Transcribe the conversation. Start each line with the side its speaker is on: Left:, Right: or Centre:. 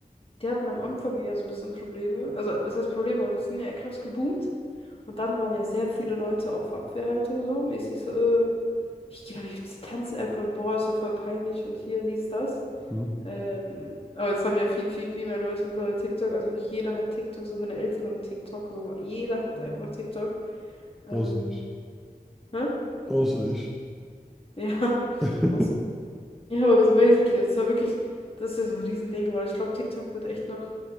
Left: Die hatten am Anfang eher so ein bisschen Probleme. Also, was heißt Probleme? Also, sie sind ja krass geboomt. Und dann waren ja sehr viele Leute auf Abwehrhaltung so. Mäßig so, äh, ich gehe doch nicht auf diese Tanz-App und boah, ist ja voll peinlich und hier, dies, das.
Centre: Mhm.
Left: Ähm, aber jetzt haben ja viel, viel, viel mehr Leute mittlerweile TikTok. Also wirklich jeder hat TikTok, so meine Eltern haben TikTok, so jeder hat einfach TikTok. Ähm,
Centre: Außer ich.
Left: ne?
Centre: Außer ich.
Left: Ja, <laughs>
Centre: <laughs>
Left: auch so Ja, aber so basically, das ist ja wirklich, das ist ja so ein Riesending geworden. Ich glaube, TikTok wird echt noch